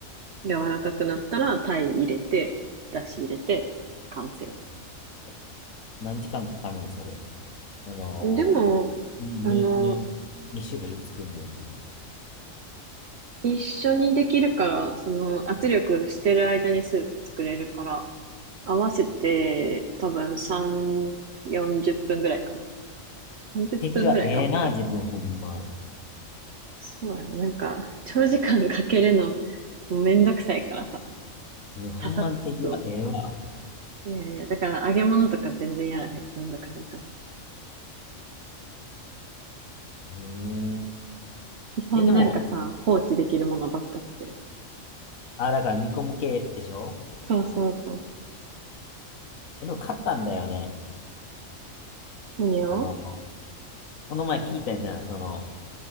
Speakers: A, on the right (about 60°); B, on the left (about 85°).
A: 柔らかくなったら、鯛入れて、だし入れて、完成。
B: え、何時間かかるんそれ。あの
A: でも、
B: ー、に、
A: あの
B: に、二種類作るのに。
A: 一緒にできるから、その圧力してる間にスープ作れるから、合わせて多分3、40分ぐらいかな。30分ぐらいかも。
B: 敵はええな、自分ほんま。
A: そうやな。なんか、長時間かけるの、もうめんどくさいからさ、
B: 自分ほんまの敵はええわ。
A: パサッといやいや、だから揚げ物とか全然やらへん。めんどくさいから。
B: へえ。
A: 基本なんかさ、
B: え、でも、
A: 放置できるものばっか作る。
B: あ、だから煮込む系でしょ
A: そうそうそう。
B: え、でも勝ったんだよね。
A: 何を
B: あの、この前聞いたじゃん。その、